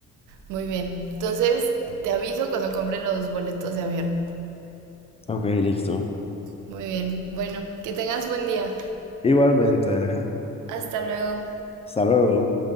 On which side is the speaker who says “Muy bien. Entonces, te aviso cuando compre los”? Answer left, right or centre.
Right